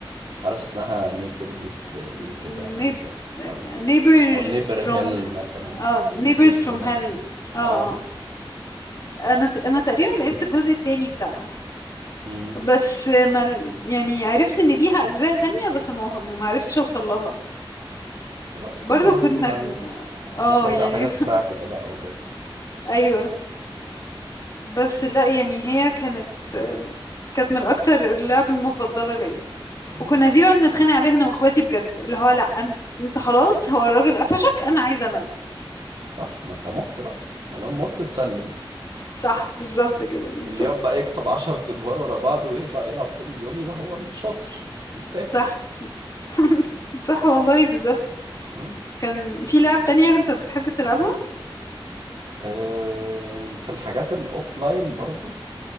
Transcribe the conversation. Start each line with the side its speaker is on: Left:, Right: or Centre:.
Right: مش عارف اسمها نيبرهود إيه
Left: نيب...
Right: كده حاجة كده أو
Left: neighbors
Right: أو نيبر
Left: from
Right: هيل مثلا
Left: اه neighbors
Right: نيبرز
Left: from
Right: فروم
Left: hell
Right: هيل
Left: اه آه.
Right: أه
Left: انا ت- انا تقريبا لعبت الجزء التاني بتاعها
Right: مم.
Left: بس ما ال- يعني عرفت ان ليها اجزاء تانية بس ما وص- ما عرفتش اوصل لها
Right: دلوقتي
Left: برضو
Right: كله موجود
Left: كنت نجم
Right: على النت بس
Left: اه
Right: هتلاقي
Left: يعني
Right: بقى حاجات
Left: <laughs>
Right: كراك ده بقى وكده
Left: ايوه بس لا يعني هي كانت كانت من اكتر اللعب المفضله ليا
Right: مم.
Left: وكنا دي بقى بنتخانق عليها انا واخواتي بجد اللي هو لا انت, انت خلاص هو الراجل قفشك انا عايزه انا بقى.
Right: صح ما أنت مت بقى ما دام مت تسلم
Left: صح بالظبط كده بالظبط
Right: اللي يبقى يكسب 10 أدوار ورا بعض ويطلع يلعب طول اليوم ده هو الشاطر يستاهل
Left: صح <laughs> صح والله بالظبط
Right: مم.
Left: كان في لعب تانية كنت بتحب تلعبها
Right: أم، في الحاجات الاوفلاين برضو